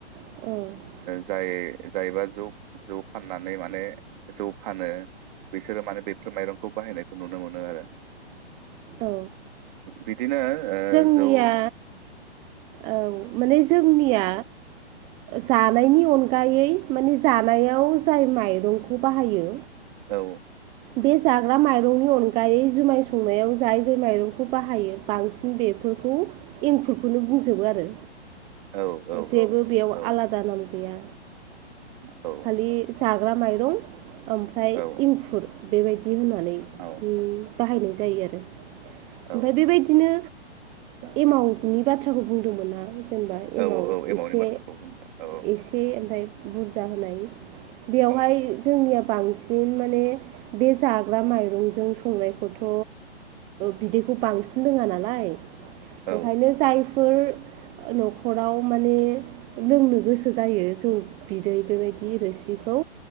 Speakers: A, on the right; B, on the right.
A: औ
B: जाय जायबा ज जौ फाननानै माने जौ फानो बिसोरो माने बेफोर माइरंखौ बाहायनायखौ नुनो मोनो आरो
A: औ
B: बिदिनो ओ
A: जोंनिया
B: जौ
A: औ माने जोंनिया जानायनि अनगायै माने जानायाव जाय माइरं रंखौ बाहायो
B: औ
A: बे जाग्रा माइरंनि अनगायै जुमाय संनायाव जाय जाय माइरंखौ बाहायो बांसिन बेफोरखौ एंखुरखौनो बुंजोबो आरो
B: औ औ
A: जेबो
B: औ
A: बेयाव
B: औ
A: आलादा नाम गैया
B: औ
A: खालि जाग्रा माइरं ओमफ्राय
B: औ
A: इंखुर बेबायदि होननानै
B: औ
A: बाहायनाय जायो आरो
B: औ
A: ओमफ्राय बेबायदिनो एमाउन्टनि बाथ्राखौ बुंदोंमोन आं जेनेबा
B: औ
A: एमाव
B: औ एमावनि
A: एसे
B: बाथ्राखौ बुंदों औ औ
A: एसे ओमफाय बुरजा होनाय बेयावहाय
B: औ
A: जोंनिया बांसिन माने बे जाग्रा माइरंजों संनायखौथ' बिदैखौ बांसिन लोङा नालाय
B: औ
A: ओंखायनो जायफोर न'खराव माने लोंनो गोसो जायो जौ बिदै बेबायदि रोसिखौ